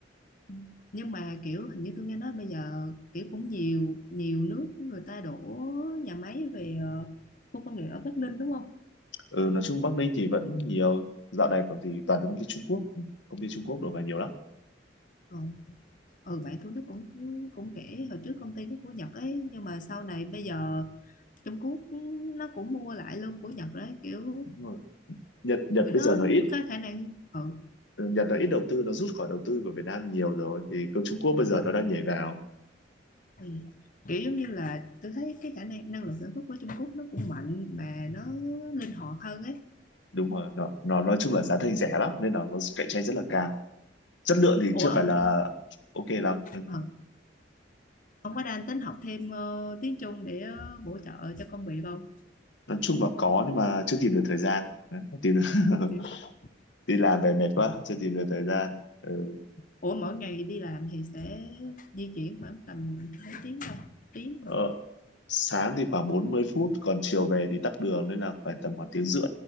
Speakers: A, on the left; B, on the left.
A: Ừ. Nhưng mà kiểu hình như tôi nghe nói bây giờ kiểu cũng nhiều nhiều nước người ta đổ nhà máy về ờ, khu công nghiệp ở Bắc Ninh đúng không?
B: ừ, nói chung Bắc Ninh thì vẫn nhiều dạo này còn thì toàn là công ty Trung Quốc ừ, công ty Trung Quốc đổ vào nhiều lắm
A: Ờ. ừ bạn Thu Đức cũng cũng kể hồi trước công ty nó của Nhật ấy nhưng mà sau này bây giờ Trung Quốc nó cũng mua lại luôn của Nhật đấy kiểu
B: Đúng rồi. Nhật Nhật
A: kiểu
B: bây
A: nó
B: giờ nó ít
A: có khả năng ừ,
B: Ừ, Nhật nó ít đầu tư nó rút khỏi đầu tư của Việt Nam nhiều rồi thì công Trung Quốc bây giờ
A: ừ,
B: nó đang nhảy vào
A: thì kiểu giống như là tôi thấy cái khả năng năng lực sản xuất của Trung Quốc nó cũng mạnh mà nó linh hoạt hơn ấy
B: đúng rồi nó, nó nói chung là giá thành rẻ lắm nên là nó cạnh tranh rất là
A: ừ.
B: cao chất lượng thì
A: Ủa
B: chưa phải
A: ông
B: là ok lắm ừ.
A: ừ. ông có đang tính học thêm ờ, tiếng Trung để ờ, bổ trợ cho công việc không
B: nói chung là có nhưng mà chưa tìm được thời gian Đấy, không tìm được <laughs>
A: <laughs>
B: đi làm về mệt quá
A: ừ.
B: chưa tìm được thời gian ừ.
A: Ủa mỗi ngày đi làm thì sẽ di chuyển khoảng tầm mấy tiếng thôi tiếng
B: ờ,
A: hả
B: sáng thì khoảng bốn mươi phút còn chiều về thì tắc đường nên là phải tầm khoảng tiếng rưỡi